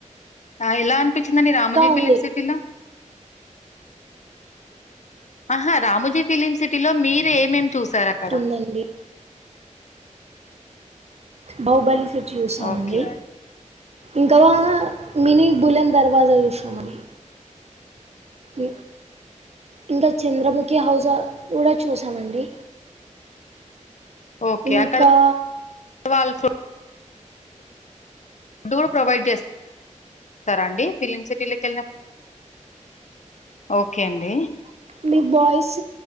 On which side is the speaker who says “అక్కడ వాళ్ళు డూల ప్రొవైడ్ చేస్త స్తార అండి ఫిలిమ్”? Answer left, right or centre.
Left